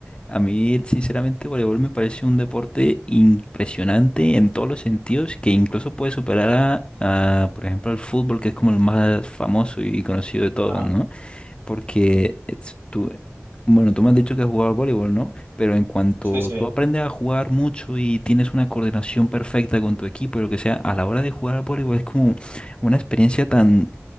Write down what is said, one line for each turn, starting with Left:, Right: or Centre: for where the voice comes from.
Left: A mí, sinceramente, voleibol me parece un deporte impresionante en todos los sentidos, que incluso puede superar a, a, por ejemplo, al fútbol, que es como el más famoso y conocido de todos,
Right: Ajá.
Left: ¿no? Porque es- tú, bueno, tú me has dicho que has jugado al voleibol, ¿no? Pero en cuanto
Right: Sí, sí.
Left: tú aprendes a jugar mucho y tienes una coordinación perfecta con tu equipo y lo que sea, a la hora de jugar al voleibol es como una experiencia tan